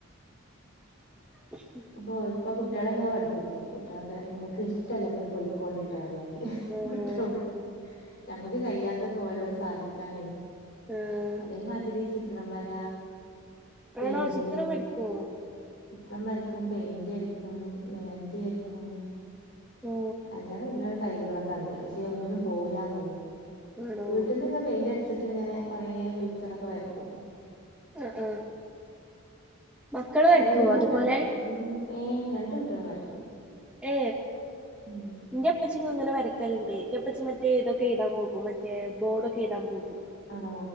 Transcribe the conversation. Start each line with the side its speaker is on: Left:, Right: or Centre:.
Centre: ഉം.
Left: പ്പോ ഇപ്പ കുട്ട്യാളെങ്ങനെ പഠിപ്പിക്കും കുട്ട്യാളൊക്കെ ങ്ങക്ക് ഇഷ്ടള്ളത്തിന് പൊയ്ക്കോണ്ടിട്ടൊർയും ഞാന്
Centre: ആഹ്
Left: കുട്ട്യാളോട് ഞമ്മക്ക് കയ്യാത്തൊക്കെ ഓലോട് സാധിക്കാന്നേ
Centre: ആഹ്
Left: അതേമാതിരി ചിത്രം വര പെയിന്റിങ്
Centre: ആണോ ചിത്രം വരക്കോ
Left: ചിത്രം വരക്കും പെയിന്റടിക്കും മെഹന്തി വര് ക്കും
Centre: ഓ
Left: അല്ലറ ചില്ലറ കഴിവുകളൊക്കെണ്ട് പക്ഷേ ഒന്നിനും പോവൂലന്നുള്ളു
Centre: ആണോ
Left: വീട്ടിന്ന് ങ്ങനെ പെയിന്റടിച്ചിട്ട് ങ്ങനെ കൊറേ പിച്ചറൊക്കെ വരക്കും.
Centre: ആഹ് ആഹ് മക്കള്
Left: കയ്വുകളൊക്കെണ്ട്
Centre: വരക്കുവോ അതുപോലെ
Left: ഉം ഏ രണ്ട് കുട്ട്യാളും വര്ക്കും
Centre: ഏ
Left: ഉം
Centre: ന്റെപ്പച്ചിം ങ്ങന വരക്കല്ണ്ട് ന്റെപ്പച്ചി മറ്റേതൊക്കെ എയ്താൻ പോകും മറ്റേ ബോഡൊക്കെ എയ്താൻ പോകും
Left: ആണോ